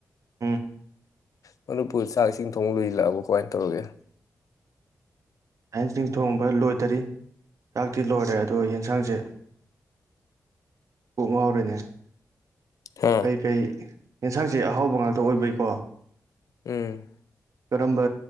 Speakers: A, on the right (about 60°); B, on the left (about 65°).
A: ꯎꯝ
B: ꯃꯔꯨꯞꯄꯨꯔ ꯆꯥꯛ ꯏꯁꯤꯡ ꯊꯣꯡ ꯂꯣꯏꯁꯤꯜꯂꯛꯑꯕ ꯀꯃꯥꯏꯅ ꯇꯧꯔꯒꯦ
A: ꯑꯥꯏꯟꯁꯤꯡꯁꯤꯡ ꯊꯣꯡꯕ ꯂꯣꯏꯗꯔꯤ ꯆꯥꯛꯇꯤ ꯂꯣꯏꯔꯦ ꯑꯗꯨꯒ ꯌꯦꯟꯁꯥꯡꯁꯦ ꯀꯣꯛ ꯉꯥꯎꯔꯤꯅꯦ
B: ꯍꯥ
A: ꯀꯩꯀꯩ ꯌꯦꯟꯁꯥꯡꯁꯦ ꯑꯍꯥꯎꯕ ꯉꯥꯛꯇ ꯑꯣꯏꯕꯩꯀꯣ
B: ꯎꯝ
A: ꯀꯔꯝꯕ